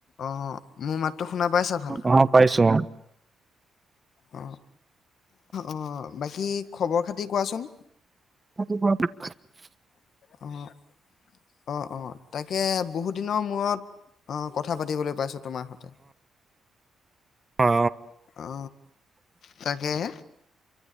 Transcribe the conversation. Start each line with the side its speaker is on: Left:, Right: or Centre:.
Left: অ' মোৰ মাতটো। শুনা পাইছা ভালকৈ
Right: অ অ পাইছোঁ।
Left: অ! অ বাকী খবৰ খাতি কোৱাচোন?
Right: <unintelligible>
Left: <inaudible> অ'! অ'! তাকে বহুত দিনৰ মূৰত, অঁ কথা পাতিবলৈ পাইছো তোমাৰ সৈতে।
Right: অ।
Left: অ, তাকেই।